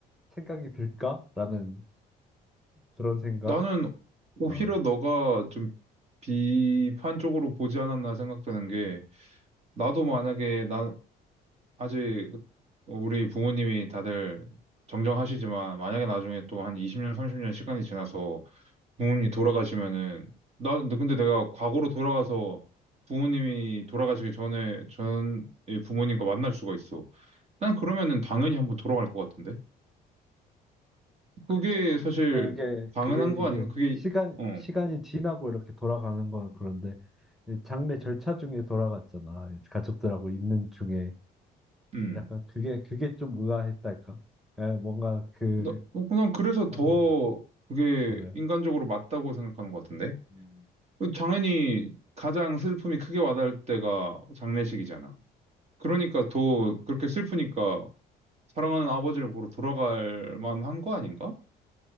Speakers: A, in the centre; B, on the right.
A: 생각이 들까라는 그런 생각.
B: 나는 오히려
A: 어.
B: 너가 좀 비판적으로 보지 않았나 생각되는 게, 나도 만약에, 나, 아직 우리 부모님이 다들 정정하시지만, 만약에 나중에 또 한 20년, 30년 시간이 지나서 부모님이 돌아가시면은, 나, 근데 내가 과거로 돌아가서 부모님이 돌아가시기 전에, 전에 부모님과 만날 수가 있어. 난 그러면은 당연히 한번 돌아갈 것 같은데. 그게
A: 이제
B: 사실
A: 그게
B: 당연한
A: 그게
B: 거
A: 이제
B: 아닌가? 그게
A: 시간
B: 어,
A: 시간이 지나고 이렇게 돌아가는 건 그런데 이 장례 절차 중에 돌아갔잖아. 가족들하고 있는 중에
B: 음.
A: 약간 그게 그게 좀 의아했달까? 그 뭔가 그
B: 나, 어, 난 그래서
A: 어,
B: 더 그게
A: 그래.
B: 인간적으로 맞다고 생각하는 것 같은데.
A: 음,
B: 어, 당연히 가장 슬픔이 크게 와닿을 때가 장례식이잖아. 그러니까 더 그렇게 슬프니까 사랑하는 아버지를 보러 돌아갈 만한 거 아닌가?